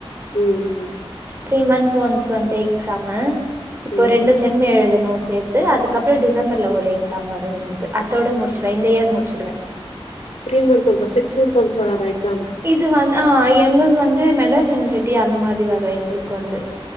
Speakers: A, on the left (about 85°); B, on the right (about 25°).
A: ம் ம்
B: த்ரீ மந்த்ஸ் ஒன்ஸ் வந்து எக்ஸாம இப்போ
A: ம்
B: ரெண்டு செம் எழுதணு சேத் து அதுக்கப்ற டிசம்பர்ல ஒரு எக்ஸாம் வரூ என்னக்கு அத்தோட முடிச்சிர இந்த யேர் முடிச்சிருவே
A: த்ரீ மந்த்ஸ் ஒன்ஸ் ஆ சிக்ஸ் மன்ந்த் ஒன்ஸ் வராதா எக்சாம்
B: இது வந்து ஆ எங்கள்து வந்து மெட்ராஸ் யூனிவர்சிட்டி அந்த மாதி வரு எங்குளுக்கு வந்து